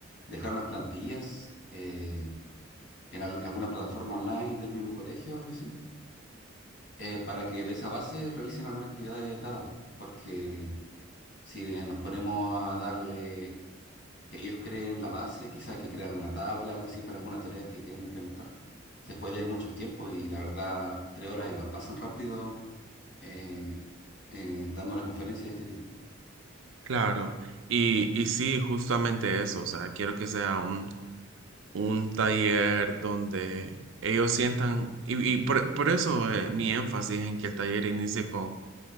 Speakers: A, on the left; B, on the right.
A: dejar unas plantillas eh, en al- alguna plataforma online del mismo colegio o algo así, eh, para que de esa base realicen alguna actividad dada, porque si eh, nos ponemos a darle que ellos creen la base, quizá hay que crear alguna tabla, algo así para alguna tarea que quieran implementar. Se puede ir mucho el tiempo y la verdad, tres horas igual pasan rápido eh, eh, dando una conferencia de este tipo.
B: Claro, y, y sí, justamente eso, o sea, quiero que sea un un taller donde ellos sientan, y, y por, por eso eh, mi énfasis en que el taller inicie con,